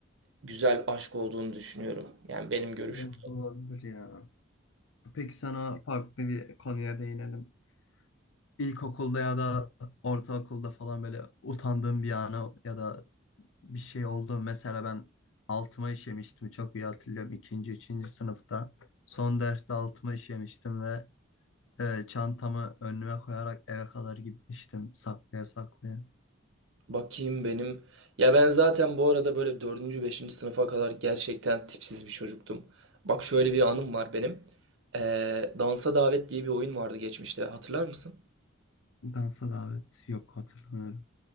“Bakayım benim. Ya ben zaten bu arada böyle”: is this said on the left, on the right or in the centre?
Right